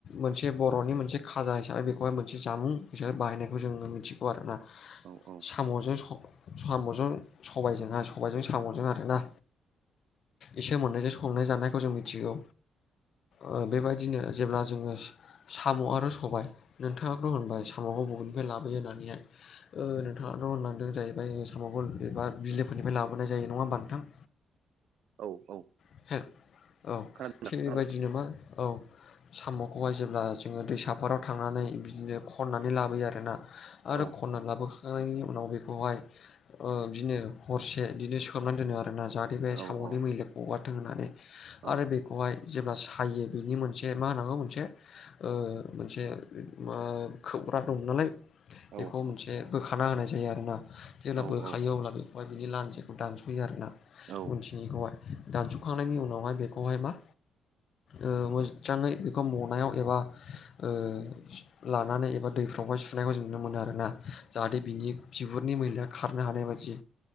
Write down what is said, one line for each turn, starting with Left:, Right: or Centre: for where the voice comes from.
Left: मोनसे बर'नि मोनसे खाजा हिसाबै बेखौहाय मोनसे जामुं बिसोरो बाहायनायखौ जोङो मिथिगौ आरोना।
Right: औ औ
Left: साम'जों स' साम'जों सबायजोंहा सबायजों साम'जों आरोना। इसोर मोननैजों संनाय जानायखौ जों मिथिगौ। ओ बेबायदिनो जेब्ला जोङो साम' आरो सबाय नोंथाङाथ' होनबाय साम'खौ बबेनिफ्राय लाबोयो होननानैहाय ओ नोंथाङाथ' होनलांदों जाहैबाय साम'गल एबा बिलोफोरनिफ्राय लाबोनाय जायो नङा होमबा नोंथां?
Right: औ औ।
Left: <unintelligible> औ
Right: खोनादों
Left: थि बेबायदिनो
Right: खोनादों
Left: मा औ साम'खौहाय जेब्ला जोङो दैसाफोराव थांनानै बिदिनो खननानै लाबोयो आरोना। आरो
Right: औ
Left: खननानै लाबोखांनायनि उनाव बेखौहाय ओ बिदिनो हरसे बिदिनो सोमनानै दोनो आरोना जा बे
Right: औ
Left: साम'नि
Right: औ
Left: मैलाखौ गगारथों होननानै
Right: औ
Left: आरो बे खौहाय जेब्ला सायो बेनि मोनसे मा होननांगौ मोनसे ओ मोनसे मा खोबग्रा दं नालाय
Right: औ औ
Left: बेखौ मोनसे बोखाना होनाय जायो आरोना जेब्ला
Right: औ
Left: बोखायो
Right: औ
Left: अब्लाबो ओमफ्राय बिनि लान्जिखौ दानस'यो आरोना।
Right: औ
Left: <unintelligible> दानस'खांनायनि उनावहाय बेखौहाय मा ओ मोजाङै बेखौ मनायाव एबा ओ लानानै एबा दैफ्रावहाय सुनायखौ जों नुनो मोनो आरोना। जाहाथे बिनि बिगुरनि मैलाया खारनो हानाय बायदि